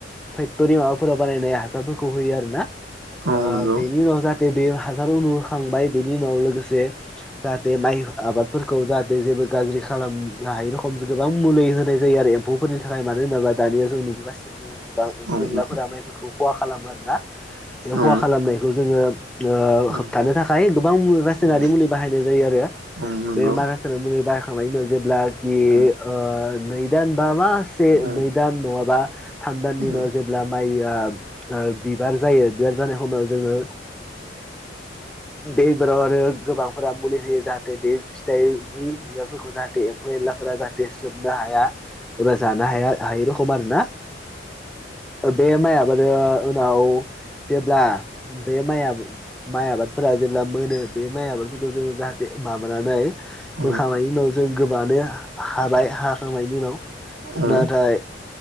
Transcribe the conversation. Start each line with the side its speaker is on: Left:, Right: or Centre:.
Centre: फेक्ट'रि माबाफोराव बानायनाय हासारफोरखौ होयो आरोना
Right: औ
Centre: ओ
Right: नंगौ
Centre: बेनि उनाव जाहाथे बेयो हासार उनु होखांबाय बेनि उनाव लोगोसे जाहाथे माइ आबादफोरखौ जाहाथे जेबो गाज्रि खालामनो हायै रखम गोबां मुलि होनाय जायो आरो एम्फौफोरनि थाखाय मानो होनोब्ला दानिया जों नुबोगासिनो द गोबां एम्फौ
Right: औ नंगौ
Centre: एनलाफोरा माइफोरखौ खहा खालामो आरोना बे
Right: औ
Centre: खहा खालामनायखौ जोङो ओ
Right: उम
Centre: होबथानो थाखाय गोबां रासायनारि
Right: औ
Centre: मुलि बाहायनाय जायो आरो।
Right: औ नंगौ
Centre: बे माय मुलि बा थांनायनि उनाव जेब्लाखि
Right: औ
Centre: ओ नै दान बा मासे
Right: औ
Centre: नै दान नङाबा थाम दाननि उनाव
Right: औ
Centre: जेब्ला माइआ बिबार जायो बिबार जानाय खमायाव जोङो दैफोराव आरो गोबांफोरा मुलि होयो जाहाथे दै फिथाइनि बिबारफोरखौ जाहाथे एम्फौ एनलाफोरा जाहाथे सोबनो हाया। एबा जानो हाया हायै रखम आरो ना बे माइआ माने उनाव जेब्ला बे माइआ माइ आबादफोरा जेब्ला मोनो बे माइ आबादफोरखौ जोङो जाहाथे माबानानै
Right: औ
Centre: बोखांनायनि उनाव जों गोबानो हाबाय हाखांनायनि उनाव
Right: औ
Centre: नाथाय